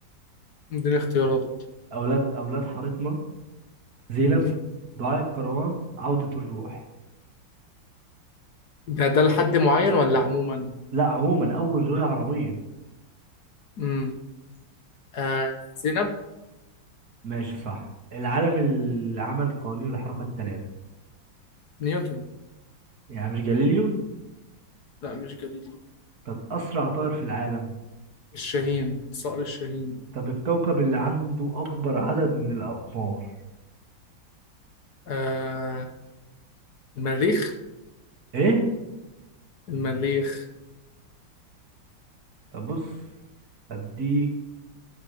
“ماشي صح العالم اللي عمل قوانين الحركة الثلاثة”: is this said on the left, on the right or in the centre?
Right